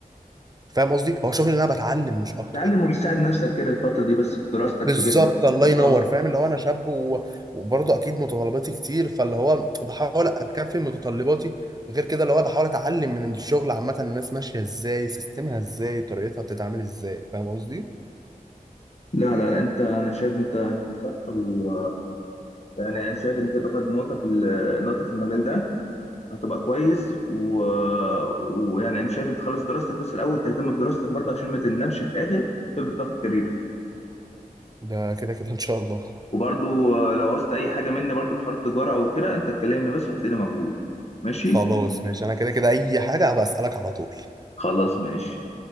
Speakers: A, on the right (about 25°); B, on the left (about 45°).
A: فاهم قصدي هو شغل اللي انا بتعلم مش اكتر
B: تعلم وبتساعد نفسك كده الفترة دي بس في دراستك
A: بالظبط
B: في كده بس
A: الله ينور
B: آه.
A: فاهم اللي هو انا شاب و... وبرضه اكيد متطلباتي كتير فاللي هو بحاول اكفي متطلباتي غير كده اللي هو بحاول اتعلم من الشغل عامه الناس ماشيه ازاي سيستمها ازاي طريقتها بتتعامل ازاي فاهم قصدي
B: لا لا لا انت انا شايف انت انت صح و يعني انا شايف انت تاخد نقطة في ال- نقطة في المجال ده هتبقى كويس و... ويعني انا شايف انت تخلص دراستك بس الاول تهتم بدراستك برضه عشان ما تندمش في الاخر تبدأ تاخد كارير
A: ده كده كده ان شاء الله
B: وبرضو آه، لو عوزت اي حاجه مني برضو في حوار التجاره او كده انت تكلمني بس وهتلاقيني موجود ماشي
A: خلاص ماشي انا كده كده اي حاجه هبقى اسالك على طول
B: خلاص ماشي